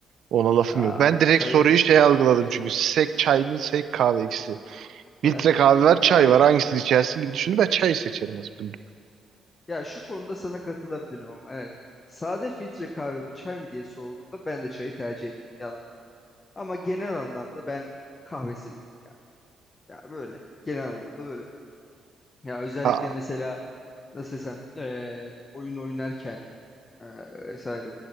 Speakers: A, on the right; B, on the left.
A: Ona lafım
B: Aa,
A: yok. Ben direkt
B: çayın
A: soruyu şey algıladım çünkü sek çay mı sek kahve ikisi.
B: <laughs>
A: Filtre kahve var çay
B: yani
A: var hangisini içersin gibi düşündüm. Ben çayı seçerim aslında.
B: ya şu konuda sana katılabilirim ama evet. Sade filtre kahve mi çay mı diye sorulduğunda ben de çayı tercih ederim yalan. Ama genel anlamda ben kahve seviyorum. Ya böyle genel anlamda böyle. Ya özellikle
A: Ha,
B: mesela nasıl desem eee, oyun oynarken eee, vesaire